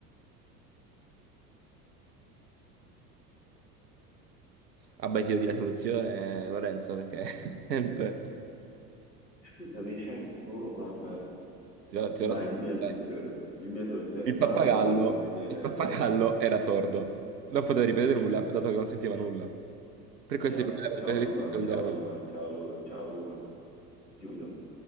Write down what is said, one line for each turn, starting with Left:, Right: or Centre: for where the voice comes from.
Right: Abbaiti di la soluzione, Lorenzo, perché <laughs> niente,
Left: Scusami, cioè, boh, vabbè.
Right: ti do, ti do
Left: Vai,
Right: la soluzione.
Left: dimmi la soluzione.
Right: dai.
Left: Dimmi la soluzione.
Right: Il
Left: Male,
Right: pappagallo,
Left: male con questi indovinelli,
Right: il pappagallo
Left: eh.
Right: era sordo, non poteva ripetere nulla, dato che non sentiva nulla. Per questo
Left: Ciao,
Right: il
Left: ciao Luca,
Right: problema
Left: ciao Luca, ciao Luca, ciao Luca. Chiudo.